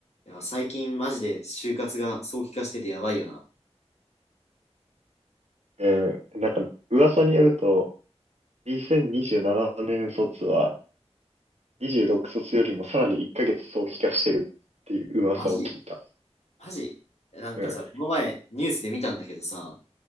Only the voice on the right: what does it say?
うん、なんか、噂によると、2027年卒は、26卒よりもさらに1ヶ月早期化してるっていう噂を聞いた。
うん、